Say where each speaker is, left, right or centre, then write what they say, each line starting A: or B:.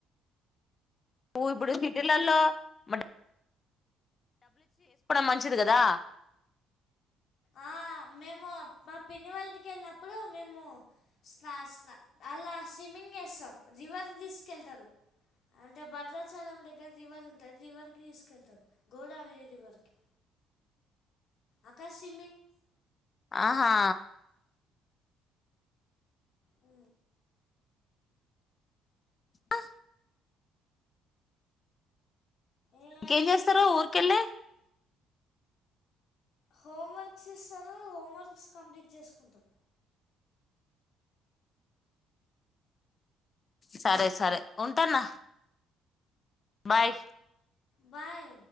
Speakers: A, on the left (about 35°); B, on the left (about 60°).
A: ఊ ఇప్పుడూ సిటీలల్లో మడ్ మంచిది కదా
B: ఆ మేమూ మా పిన్నివాళ్ళింటికి వెళ్ళినప్పుడూ మేమూ స్నా స్ అలా స్విమ్మింగ్ చేస్తాం రివర్స్ తీసుకెళ్తరు. అంటే భద్రాచలం దగ్ క్కే రివర్ ఉంటద్ రివర్ కీ తీసుకెళ్తరు. గోడావరీ రివర్ కి. ఆకాశివ్
A: ఆహా
B: ఊ
A: ఆ
B: ఏ
A: ఇంకా ఏం చేస్తారు ఊరికెళ్ళి
B: హోమ్వర్క్స్ ఇ సర హోమ్వర్క్స్ కంప్లీట్ చేసుకుంటాం
A: సరే సరే ఉంటాన్న బాయ్
B: బాయ్